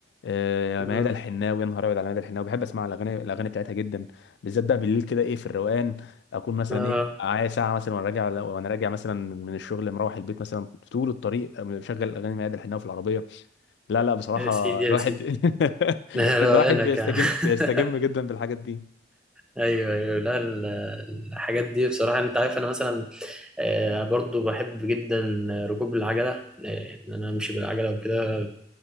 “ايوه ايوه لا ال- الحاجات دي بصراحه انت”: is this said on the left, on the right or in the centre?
Centre